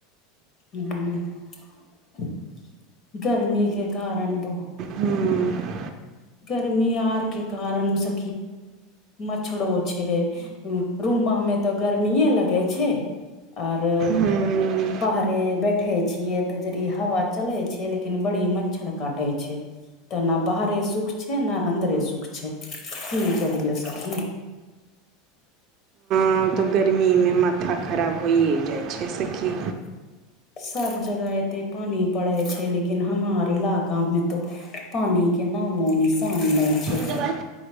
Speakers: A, on the left; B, on the right.
A: ह गर्मी के कारण बहुत
B: हँ
A: गर्मी आर के कारण स मच्छरो छै रूममा मे तऽ गर्मीए लगै छै आर
B: हूँ
A: बाहरे बैठे छियै तऽ यदि हवा चले छै लेकिन बड़ी मच्छर काटे छै तऽ नहि बाहरे सुख छै ने अन्दरे सुख छै की कहियो सखी
B: हँ तऽ गर्मीमे माथा खराब होइए जाइ छै से किी
A: सब जगह एते पानी पड़े छै लेकिन हमार इलाका मे तो पानी के नामो निशान नहि छै
B: ब